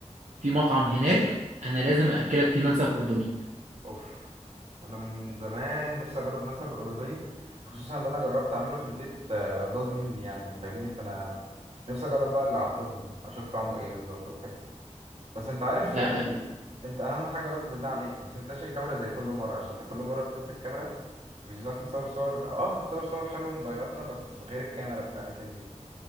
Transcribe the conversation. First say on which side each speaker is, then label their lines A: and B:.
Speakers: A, on the right (about 75°); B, on the right (about 55°).
A: في مطعم هناك انا لازم اكلك فيه منسف اردني
B: اوف انا من زمان نفسي اجرب منسف الاردني خصوصا اللي انا جربت اعمله في البيت آه، باظ مني يعني فاهمني فانا نفسي اجرب بقى اللي عندهم اشوف طعمه ايه بالظبط وكده بس انت عارف
A: لا
B: يعني
A: لا
B: انت اهم حاجه بس بالله عليك ما تنساش الكاميرا زي كل مره عشان انت كل مره بتنسى الكاميرا مش بنعرف نصور صور اه بنصور صور حلوه موبايلاتنا بس من غير الكاميرا في الاماكن دي